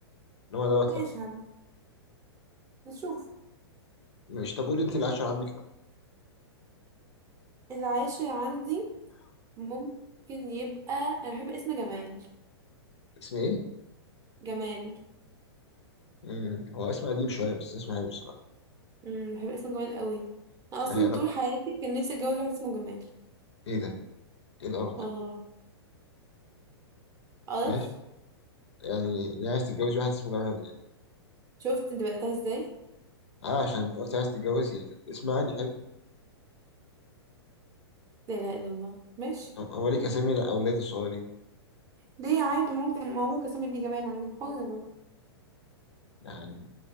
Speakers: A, on the left (about 80°); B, on the right (about 25°).
A: انما دوت
B: ماشي
A: لا
B: يا حبيبي نشوف
A: ماشي طب قول لي انت العشرة عندك لا
B: العاشر عندي ممكن يبقى انا بحب اسم جمال
A: اسم ايه؟
B: جمال
A: امم هو اسم قديم شويه بس اسم حلو الصراحه
B: امم بحب اسم جمال قوي انا اصلا
A: يعني انا
B: طول حياتي كان نفسي اتجوز واحد اسمه جمال
A: ايه ده؟ ايه القرف
B: والله
A: ده؟
B: قرف
A: ماشي يعني ليه عايز تتجوز واحد اسمه جمال يعني
B: شفت انت بدأتها ازاي
A: اه عشان قلت عايز تتجوزي لكن اسم عادي حلو
B: لا اله الا الله ماشي
A: هو ليك اسامي الاولاد الصغيرين
B: ليه عادي ممكن ما هو ممكن اسمي ابني جمال عادي أنا حرة برضه
A: يعني